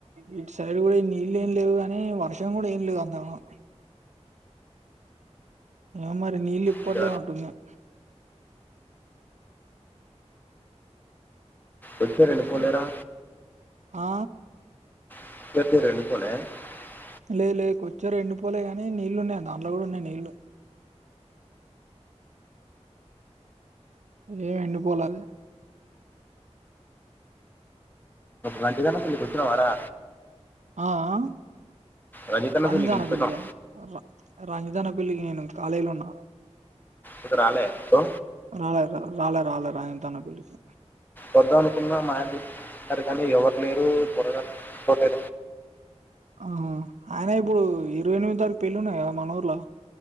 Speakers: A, on the right; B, on the left.
A: ఇటు సైడ్ కూడా నీళ్ళ ఏం లేవు కానీ వర్షం కూడా ఏం లేదు అంతగనం ఆ మరి నీళ్లు ఇప్పట్లేనటున్నయ్
B: ఇక వచ్చే రెండు
A: ఎట్
B: పోలేరా
A: లేద్ ఆ
B: <unintelligible>
A: లేదు లేదు కూర్చో ఎెండు పోలే కానీ నీళ్లు ఉన్నాయి దాంట్లో కూడా ఉన్నాయి నీళ్లు ఏ ఏండి పోలేద
B: రంజితన్న పెళ్ళికి వచ్చినవారా
A: ఆ ఆ
B: రజకన్న
A: రంజిత్
B: పెళ్ళికి
A: అన్న
B: ఇంటికి
A: పెళ్లిగా
B: వచ్చినాం
A: రా రంజిత్ అన్నపెల్లికి పెళ్లికి నేను రాలేను అన్నా
B: ఇక్కడ రాలే సో
A: ఆ రాల రాల రాల రంజిత్ అన్న పెళ్ళికి
B: వొద్దమనుకున్న మ కానీ ఎవరు లేరు పొరగా పోటీ
A: ఆహా ఆయన ఇప్పుడు ఇరవై ఎనిమిది తారీఖు పెళ్లిి ఉన్నది కదా మన ఊర్లో